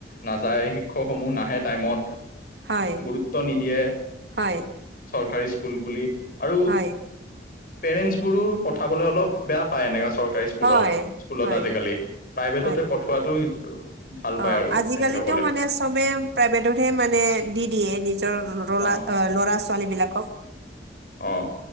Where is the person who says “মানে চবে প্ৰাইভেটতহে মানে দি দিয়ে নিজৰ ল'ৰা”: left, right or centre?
Right